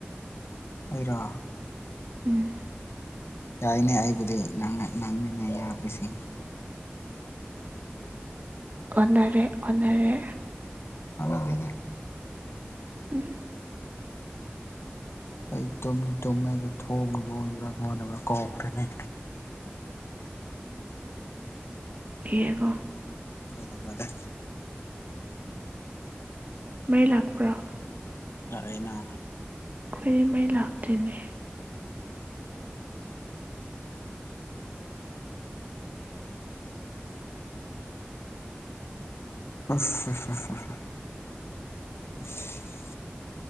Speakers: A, on the left; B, on the right.
A: ꯑꯩꯔꯣ?
B: ꯎꯝ꯫
A: ꯌꯥꯏꯅꯦ ꯑꯩꯕꯨꯗꯤ ꯅꯪꯅꯤꯅ ꯌꯥꯗ꯭ꯔꯤꯁꯤ
B: ꯑꯣꯟꯅꯔꯦ - ꯑꯣꯟꯅꯔꯦ꯫
A: ꯑꯣꯅꯗꯦꯅꯦ꯫
B: ꯎꯝ
A: ꯑꯩ ꯇꯨꯝꯗꯤ ꯇꯨꯝꯃꯦꯗꯣ ꯊꯣꯡ ꯂꯣꯟꯕ꯭ꯔꯥ ꯂꯣꯟꯗꯕ꯭ꯔꯥ ꯀꯧꯈ꯭ꯔꯅꯤ
B: ꯍꯀꯣ
A: ꯍꯗꯦ ꯐꯗꯦ
B: ꯃꯔꯤ ꯂꯥꯛꯄ꯭ꯔꯥꯣ
A: ꯂꯥꯛꯑꯦꯅ
B: ꯐꯔꯤꯃꯩ ꯂꯥꯛꯇꯅꯦ
A: ꯑ